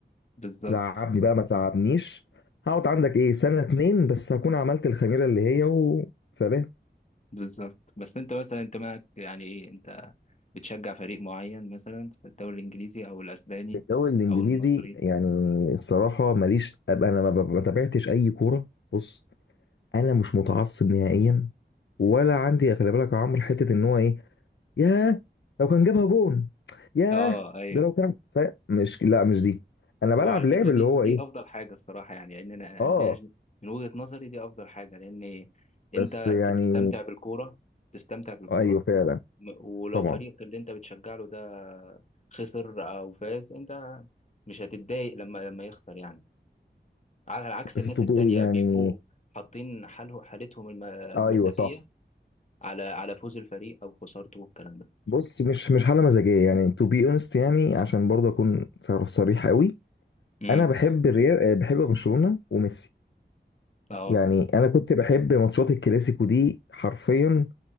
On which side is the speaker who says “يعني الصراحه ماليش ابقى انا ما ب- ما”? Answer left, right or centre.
Left